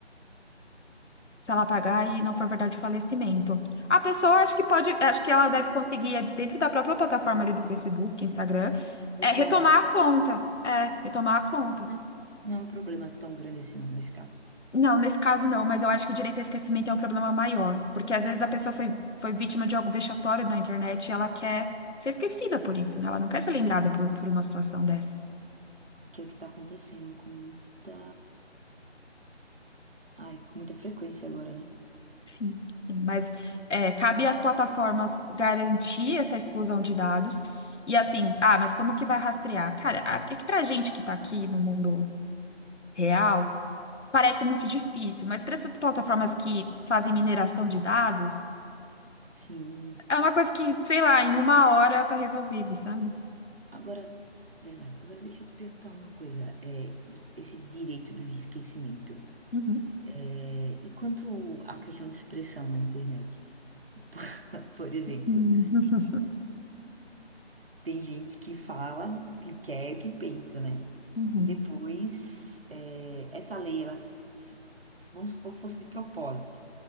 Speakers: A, on the left; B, on the right.
A: Se ela pagar e não for verdade o falecimento. A pessoa, acho que pode, acho que ela deve conseguir, é, dentro da própria plataforma ali do Facebook, Instagram,
B: Restaurar
A: é, retomar a conta. É, retomar a conta.
B: né? não é um problema tão grande assim, não, nesse caso.
A: Não, nesse caso não, mas eu acho que o direito ao esquecimento é um problema maior, porque às vezes a pessoa foi, foi vítima de algo vexatório na internet e ela quer ser esquecida por isso, né? Ela não quer ser lembrada por, por uma situação dessa.
B: Que é o que tá acontecendo com muita. Ai, com muita frequência agora, né?
A: Sim. Sim, mas é, cabe às plataformas garantir essa exclusão de dados. E assim, ah, mas como que vai rastrear? Cara, a- é que pra gente que tá aqui no mundo real, parece muito difícil, mas para essas plataformas que fazem mineração de dados,
B: sim.
A: é uma coisa que, sei lá, em uma hora tá resolvido, sabe?
B: Agora, verdade. Agora deixa eu te perguntar uma coisa. É, esse direito do esquecimento.
A: Uhum,
B: É, e quanto à questão de expressão na internet? <laughs> Por exemplo.
A: uhum,
B: Tem gente que fala o que quer, e o que pensa, né?
A: uhum,
B: E depois, é, essa lei, ela, se- vamos supor que fosse de propósito.